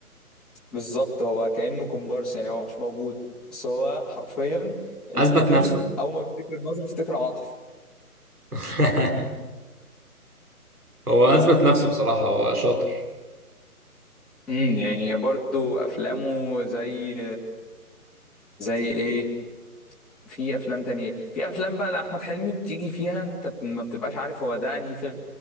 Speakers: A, in the centre; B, on the right (about 75°).
A: بالظبط هو كأنه كومبارس يعني هو مش موجود بس هو حرفيا
B: اثبت
A: الفيلم
B: نفسه
A: أول ما بتفتكر الناظر بتفتكر عاطف
B: <laughs> هو اثبت نفسه بصراحه هو شاطر
A: امم يعني برضو أفلامه زي زي إيه في أفلام تانية في أفلام بقى لأحمد حلمي بتيجي فيها أنت ب- ما بتبقاش عارف هو ده أنهي فيلم